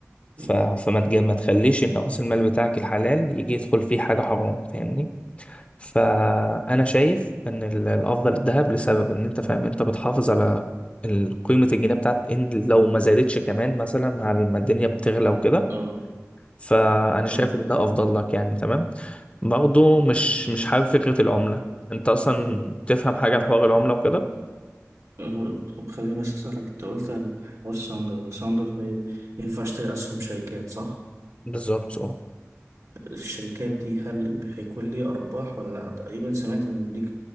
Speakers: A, on the right (about 70°); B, on the left (about 25°).
A: مم.
B: ف... فما تج... ما تخليش ان راس المال بتاعك الحلال يجي يدخل فيه حاجه حرام فاهمني فانا شايف ان ال- الافضل الذهب لسبب ان انت فاهم انت بتحافظ على ال- قيمه الجنيه بتاعت ان لو ما زادتش كمان مثلا على ما الدنيا بتغلى وكده
A: اه
B: فانا
A: اه
B: شايف ان ده افضل لك يعني تمام برضه مش مش حابب فكره العمله انت اصلا
A: هو-
B: تفهم حاجه عن حوار العمله وكده
A: هو- طب خليني بس أسألك أنت قلت على حوار ساندر ساندر طيب ينفع أشتري أسهم شركات صح؟
B: بالظبط اه
A: الشركات دي هل هيكون لي أرباح ولا لأ؟ تقريبا سمعت إن ليك